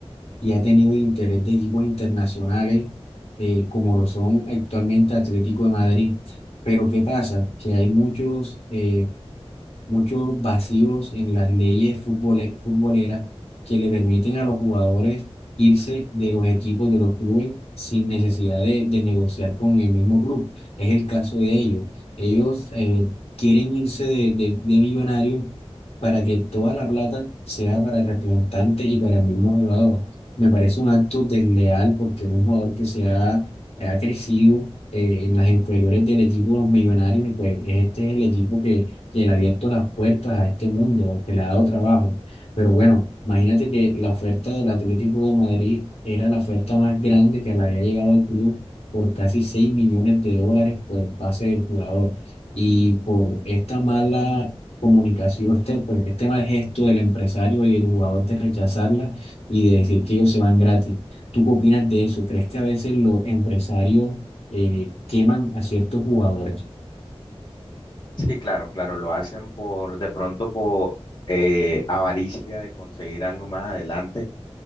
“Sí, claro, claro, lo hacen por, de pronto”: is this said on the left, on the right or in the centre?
Left